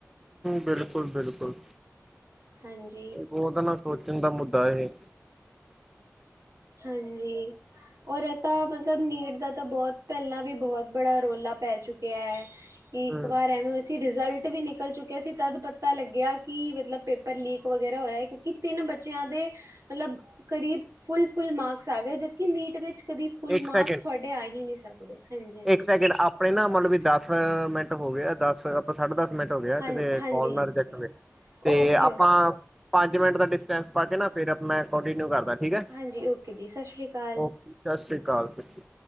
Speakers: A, in the centre; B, on the right.
A: ਬਿਲਕੁਲ ਬਿਲਕੁਲ
B: ਹਾਂਜੀ
A: ਉਹਦਾ ਨਾ, ਸੋਚਣ ਦਾ ਮੁੱਦਾ ਇਹ
B: ਹਾਂਜੀ, ਔਰ ਇਹ ਤਾਂ ਮਤਲਬ ਮਤਲਬ, ਨੀਟ ਦਾ ਤਾਂ ਬਹੁਤ ਪਹਿਲਾਂ ਵੀ ਬਹੁਤ ਬੜਾ ਰੌਲਾ ਪੈ ਚੁੱਕਿਐ। ਕਿ ਇੱਕ
A: ਹੂੰ
B: ਵਾਰ ਐਵੇਂ ਹੋਇਆ ਸੀ ਕੀ ਰਿਜ਼ਲਟ ਵੀ ਨਿਕਲ ਚੁੱਕਿਆ ਸੀ। ਤਦ ਪਤਾ ਲੱਗਿਆ ਕਿ ਮਤਲਬ ਪੇਪਰ ਲੀਕ ਵਗੈਰਾ ਹੋਇਆ, ਕਿਉਂ? ਕਿਤਨੇ ਬੱਚਿਆਂ ਦੇ, ਮਤਲਬ ਕਰੀਬ ਫੁੱਲ- ਫੁੱਲ ਮਾਰਕਸ ਆ ਗਏ, ਜਦਕਿ ਨੀਟ ਦੇ ਵਿੱਚ ਕਰੀਬ ਫੁੱਲ
A: ਇੱਕ
B: ਮਾਰਕਸ
A: ਸੈਕਿੰਡ
B: ਤੁਹਾਡੇ ਆ ਹੀ ਨਹੀਂ ਸਕਦੇ। ਹਾਂਜੀ -ਹਾਂਜੀ।
A: ਇੱਕ ਸੈਕਿੰਡ ਆਪਣੇ ਨਾ ਮਤਲਬ ਵੀ ਦਸ ਮਿੰਟ ਹੋ ਗਿਐ, ਦਸ। ਸਾਢੇ ਦਸ ਮਿੰਟ ਹੋ ਗਿਐ।
B: ਹਾਂ
A: ਕਿਤੇ
B: ਹਾਂਜੀ
A: ਕਾਲ ਨਾ
B: ਹਾਂਜੀ
A: ਰਿਜੈਕਟ ਹੋਵੇ, ਤੇ
B: ਓਕੇ
A: ਆਪਾਂ
B: ਓਕੇ
A: ਪੰਜ ਮਿੰਟ ਦਾ ਡਿਸਟੈਂਸ ਪਾ ਕੇ ਨਾ, ਫਿਰ ਮੈਂ ਕੋੰਟੀਨਿਂਊ ਕਰਦਾ। ਠੀਕ ਐ,
B: ਹਾਂਜੀ ਓਕੇ ਜੀ ਸਤਿ ਸ਼੍ਰੀ ਅਕਾਲ
A: ਓਕੇ! ਸਸ ਸ਼੍ਰੀ ਕਾਲ ਜੀ।